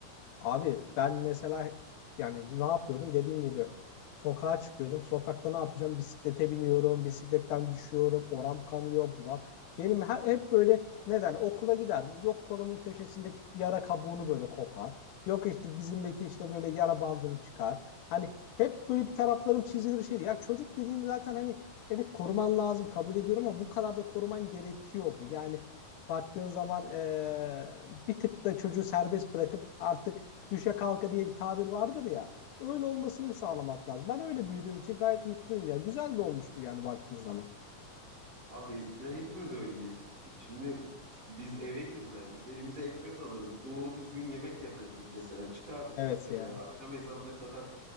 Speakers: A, on the left; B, on the right.
A: Abi ben mesela yani ne yapıyordum dediğin gibi sokağa çıkıyordum. Sokakta ne yapacağım? Bisiklete biniyorum, bisikletten düşüyorum, oram kanıyor, buram. Benim her, hep böyle ne derler okula giderdim. Yok kolumun köşesindeki yara kabuğunu böyle kopar. Yok işte dizimdeki işte böyle yara bandını çıkar. Hani hep böyle bir taraflarım çizilir şeydi. Ya çocuk dediğin zaten hani evet koruman lazım kabul ediyorum ama bu kadar da koruman gerekiyor mu? Yani baktığın zaman eee, bir tık da çocuğu serbest bırakıp artık düşe kalka diye bir tabir vardır ya. Öyle olmasını mı sağlamak lazım? Ben öyle büyüdüğüm için gayet mutluyum ya. Güzel de olmuştu yani baktığın zaman.
B: Abi eskiden hepimiz öyle yetiştik. Şimdi biz eve girmezdik. Elimize ekmek alırdık. Doğru düzgün yemek yemezdik mesela. Çıkardık
A: Evet
B: dışarıya.
A: ya.
B: Akşam ezanına kadar